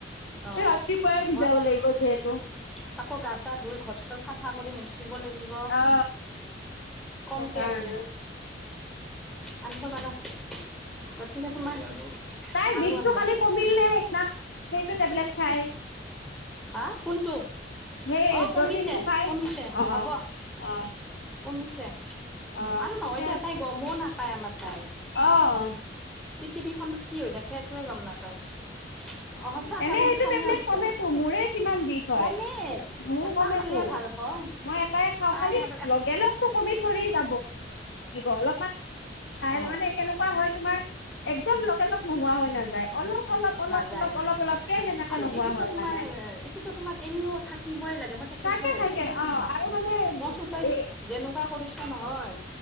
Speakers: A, in the centre; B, on the left.
A: অ'
B: ৰাতিপুৱাই ভিজাব
A: মই,
B: লাগিব যিহেতু
A: তাকৌ গা চা ধুই ঘছ তছ চাফা কৰি ম থ দিব লাগিব,
B: অ
A: কমকে
B: সেইকাৰণে
A: আছে। আন্ত কৰা গতিকে তোমাৰ
B: তাইৰ বিষটো
A: আৰু আনিবা।
B: খালি কমিল নে সেইদিনা সেইটো টেবলেট খাই।
A: হা। কোনটো
B: সেই
A: অ', কমিছে,
B: প্ৰটিনটো খাই
A: কমিছে,
B: অ
A: হ'ব
B: অ অ
A: কমিছ। তে,
B: অ
A: আৰু
B: ঠিকে
A: নহয় দিয়া,
B: আছে
A: তাই গমোও নাপায় আমাৰ তাই
B: অ'।
A: পৃথিৱীখনত কি হৈ থাকে, একোৱে গম নাপায়। অ', সঁচাকে
B: এনে
A: মোৰ
B: সেইটো
A: খঙে
B: টেবলেট
A: উঠে।
B: কমেতো মোৰে কিমান বিষ হয়?
A: কমে
B: মোৰ
A: এটা
B: কমেতো
A: খালে ভাল হয়
B: মই এটাই খাওঁ
A: তাই
B: খালি
A: আৰু
B: লগে লগতটো কমি ধৰি ল অল
A: অ
B: লানে কেনেকুৱা হয় তোমাৰ, একদম লগা লগ নোহোৱা হৈ নাযায়, অলপ অলপ অলপ
A: নাযায়,
B: অলপ অলপ অলপকে সেনেকে
A: আৰু
B: নোহোৱা
A: এইটোতো
B: হয়
A: তোমাৰ
B: মানে
A: এইটোতো তোমাৰ এনেও থাকিবই লাগে।
B: থাকে
A: কৈছো
B: থাকে অ
A: মই,
B: আৰু মানে
A: চো তই
B: এ
A: যেনেকুৱা কৰিছ নহয়।